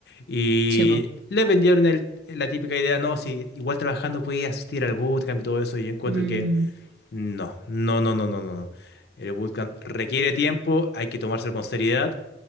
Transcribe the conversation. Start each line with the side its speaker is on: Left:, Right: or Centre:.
Left: Y
Right: Sí, po.
Left: les vendieron el, la típica idea, no, si igual trabajando podías asistir al bootcamp y todo eso. Y yo encuentro
Right: Mm,
Left: que no, no, no, no, no, no. no. El bootcamp requiere tiempo, hay que tomárselo con seriedad.